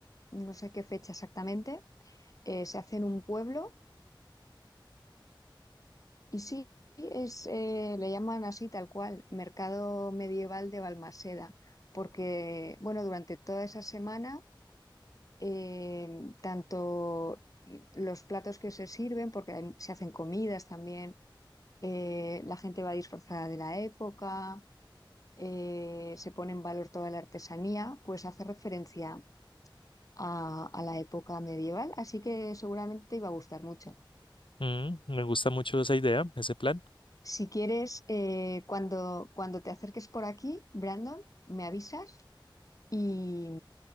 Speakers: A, on the left; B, on the left.
A: no sé qué fecha exactamente. eh, se hace en un pueblo y sí, es, eh, le llaman así tal cual, Mercado Medieval de Balmaseda, porque, bueno, durante toda esa semana, eh, tanto los platos que se sirven, porque hay- se hacen comidas también, eh, la gente va disfrazada de la época, eh, se pone en valor toda la artesanía, pues hace referencia a, a la época medieval, así que seguramente te iba a gustar mucho.
B: Mm, me gusta mucho esa idea, ese plan.
A: Si quieres, eh, cuando, cuando te acerques por aquí, Brandon, me avisas y,